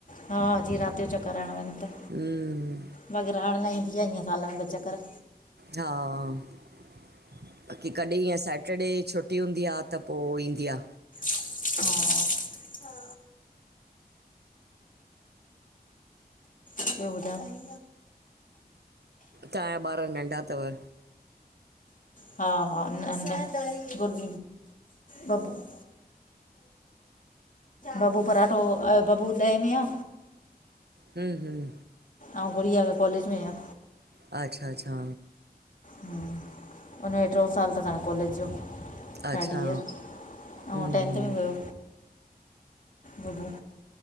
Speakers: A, on the left (about 50°); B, on the right (about 85°).
A: हा, जिअं रात यो चक्कर हण वन त।
B: हम्म,
A: बाक़ी रहण लाइ ईंदी आहे, ईय साल मे ॿ चक्कर।
B: हा कि कॾहिं ईअं सैटरडे छुटी हूंदी आ त पो ईंदी आ।
A: हा ॿियो ॿधायो?
B: तांया ॿार नंढा तव्?
A: हा हा न न गर बबू <unintelligible> बबू पराठो, अ बबू ॾहे मे आ।
B: हम हम
A: अंउ गुड़िया त कॉलेज में आ।
B: अच्छा अच्छा!
A: हुनजो ट्रिंयों साल तस हांणे कॉलेज जो।
B: अच्छा
A: थर्ड इयर,
B: हम्म
A: अंउ टेंथ
B: हम्म।
A: में वयो बब्बू।